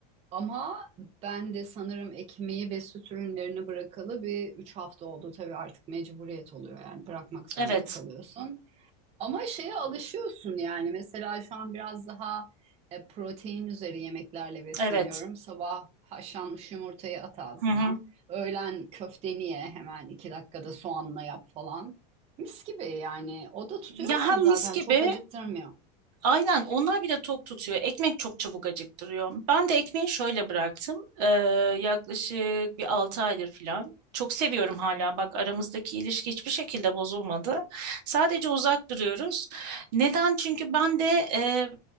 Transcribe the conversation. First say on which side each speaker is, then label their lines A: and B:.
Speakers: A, on the right; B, on the right.
A: Ama ben de sanırım ekmeği ve süt ürünlerini bırakalı bir üç hafta oldu. Tabii artık mecburiyet oluyor yani bırakmak zorunda
B: evet,
A: kalıyorsun. Ama şeye alışıyorsun yani mesela şu an biraz daha e, protein üzeri yemeklerle besleniyorum.
B: evet.
A: Sabah haşlanmış yumurtayı at ağzına,
B: Hı hı.
A: öğlen köfteni ye hemen iki dakikada soğanla yap falan. Mis gibi yani o da tutuyor
B: Ya
A: seni
B: hem
A: zaten
B: mis gibi
A: çok acıktırmıyor.
B: Aynen onlar bile tok tutuyor. Ekmek çok çabuk acıktırıyor. Ben de ekmeği şöyle bıraktım. Ee, yaklaşık bir 6 aydır falan. Çok seviyorum hala. Bak aramızdaki ilişki hiçbir şekilde bozulmadı. Sadece uzak duruyoruz. Neden? Çünkü ben de e,